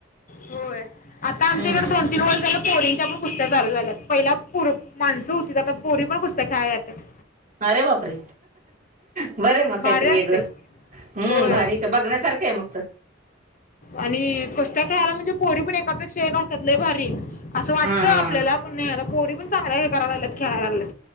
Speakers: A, on the left (about 45°); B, on the right (about 40°).
A: होय आता आमच्याकडे
B: हम्म
A: दोन तीन वर्षा पोरीनच्या पण कुस्त्या चालू झाल्या पहिला पोर माणसं होती आता पोरी पण कुसत्या खेळायला जातात
B: अरे बापरे बरं आहे मग
A: भारी
B: काहीतरी
A: असते
B: वेगळं हम्म
A: होय
B: भारी बघण्यासारखं आहे मग इथे
A: आणि कुस्त्या खेळायला म्हणजे पोरी पण एकापेक्षा एक असतात लय भारी असं वाटतं
B: हा हा
A: आपल्याला पण नाही आता पोरी पण चांगल्या हे कराय लागलेत खेळायला लागलेत